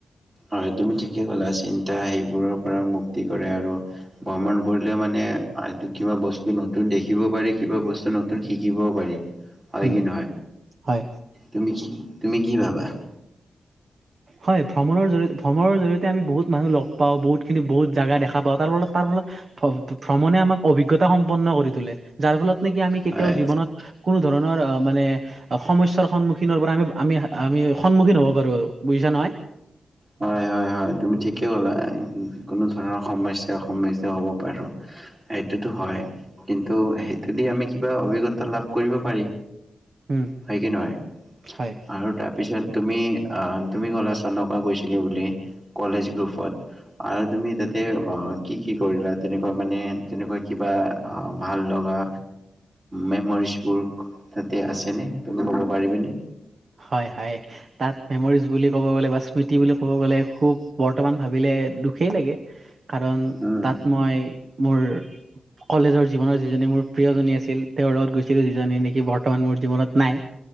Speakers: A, on the right; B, on the right.
A: হয়, তুমি ঠিকে ক'লা, চিন্তা সেইবোৰৰ পৰা মুক্তি কৰে আৰু ভ্ৰমণ কৰিলে মানে মানে, এইটো কিবা বস্তু নতুন দেখিব পাৰি, কিবা বস্তু নতুন শিকিবও পাৰি। হয়
B: উম
A: কি নহয়?
B: হয়
A: তুমি কি, তুমি কি ভাবা? <inaudible>
B: হয়, ভ্ৰমণৰ জৰিয়তে-ভ্ৰমণৰ জৰিয়তে আমি বহুত মানুহ লগ পাওঁ, বহুতখিনি, বহুত জেগা দেখা পাওঁ, তাৰ ফলত-তাৰ ফলত ভ্ৰমণে আমাক অভিজ্ঞতা সম্পন্ন কৰি তোলে, যাৰ ফলত নেকি আমি কেতিয়াও
A: হয়,
B: জীৱনত কোনো ধৰণৰ, অ মানে সমস্যাৰ সন্মুখীনৰ পৰা আমি-আমি-আমি সন্মুখীন হ'ব পাৰো, আৰু বুজিছা নহয়?
A: হয়-হয় হয়, তুমি ঠিকেই ক'লা, কোনো ধৰণৰ সমস্যাৰ সন্মুখীন হ'ব পাৰোঁ। সেইটোতো হয়, কিন্তু সেইটো দি আমি কিবা অভিজ্ঞতা লাভ কৰিব পাৰি?
B: উম,
A: হয় কি নহয়?
B: হয়।
A: আৰু তাৰপিছত তুমি-তুমি কলেজ চনৰ পৰা কৈছিলি বুলি, কলেজ গ্ৰুপত আৰু তুমি তাতে কি-কি কৰিলা? তেনেকোৱা মানে তেনেকোৱা কিবা ভাল লগা মেমৰিজবোৰ তাতে আছে নে, তুমি ক'ব পাৰিবা নে?
B: হয়-হয়, তাত মেমৰিজ বুলি ক'ব গলে বা, স্মৃতি বুলি ক'ব গলে খুব বৰ্তমান ভাবিলে দুখেই লাগে, কাৰণ
A: উম,
B: তাত মই মোৰ কলেজৰ জীৱনৰ যিজনী মোৰ প্ৰিয় জনী আছিল, তেওঁৰ লগত গৈছিলো যিজনী নেকি বৰ্তমান মোৰ জীৱনত নাই।